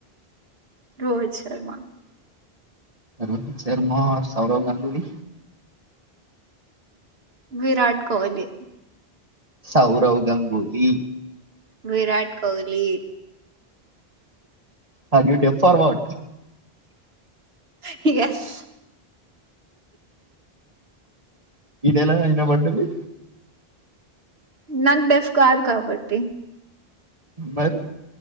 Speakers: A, on the right; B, on the right.
A: Rohit Sharma
B: Rohit Sharma Sourav Ganguly
A: Virat Kohli
B: Sourav Ganguly
A: Virat Kohli
B: are you deaf or what
A: he yes
B: ఇది ఎలా వినపడ్డది
A: నాకు బెఫ్ కాదు కాబట్టి
B: మరి